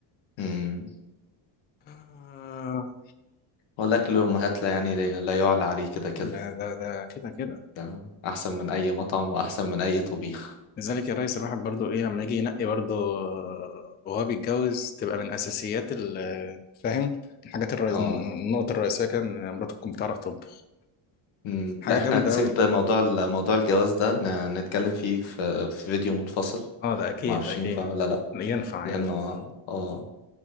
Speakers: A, on the left; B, on the left.
A: مم.
B: آه،
A: والأكل الأمهات لا يعني لا يعلى عليه كده كده
B: لا ده ده كده كده
A: ده أحسن من أي مطعم وأحسن من أي طبيخ
B: لذلك يا ريس الواحد برضو ايه لما يجي ينقي برضو آه، وهو بيتجوز تبقى من اساسيات ال- آه، فاهم الحاجات الرئيس
A: اه
B: النقطه الرئيسيه كان إن مراته تكون بتعرف تطبخ
A: مم، لا
B: حاجه
A: احنا
B: جامده
A: هنسيب
B: قوي
A: موضوع ال- موضوع الجواز ده ن- نتكلم فيه في, في فيديو منفصل
B: اه ده اكيد
A: معرفش
B: اكيد
A: ينفع ولا لأ
B: ينفع
A: لأنه
B: ينفع
A: اه آه،